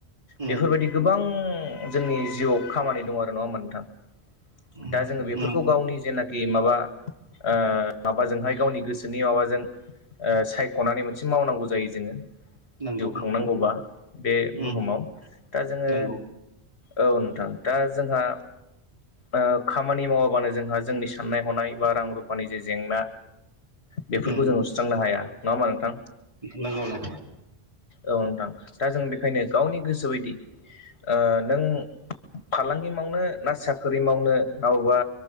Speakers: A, on the right; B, on the left.
A: उम
B: बेफोरबायदि गोबां बां जोंनि जिउआव खामानि दं आरो नङा होमबा नोंथां
A: उम
B: दा जोङो बेफोरखौ
A: उम
B: गावनि जेनाख खि माबा ओ माबाजोंहाय गावनि गोसोनि माबाजों ओ सायख'नानै मोनसे मावनांगौ जायो जोङो।
A: नंगौ
B: जिउ खांनांगौबा
A: नोंथां
B: बे
A: उम
B: बुहुमाव दा जोङो
A: नंगौ
B: औ नोंथां दा जोंहा ओ खामानि मावाबानो जों जोंहा जोंनि साननाय हनाय बा रां रुफानि जे जेंना बेफोरखौ
A: उम
B: जों सुस्रांनो हाया। नङा होमबा नोंथां?
A: नंगौ नंगौ
B: औ नोंथां दा जों बेखायनो गावनि गोसो बायदि ओ नों फालांगि मावनो ना साख्रि मावनो ना बबा